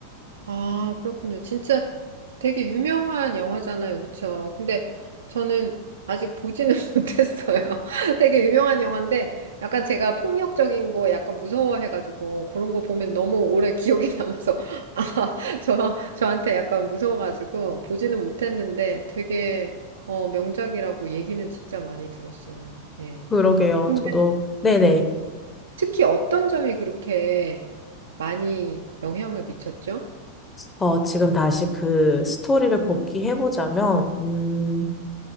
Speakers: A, on the right (about 65°); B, on the left (about 15°).
A: 아, 그렇군요. 진짜 되게 유명한 영화잖아요. 그쵸? 근데 저는 아직 보지는 <laughs> 못했어요. <laughs> 되게 유명한 영화인데 약간 제가 폭력적인 거 약간 무서워해가지고 그런 거 보면 너무 오래 기억이 남아서 <laughs> 아, 저, 저한테 약간 무서워가지고 보지는 못했는데 되게 어, 명작이라고 얘기는 진짜 많이 들었어요. 예.
B: 그러게요.
A: 근데
B: 저도, 네네.
A: 특히 어떤 점이 그렇게 많이 영향을 미쳤죠?
B: 어, 지금 다시 그 스토리를 복귀해보자면, 음,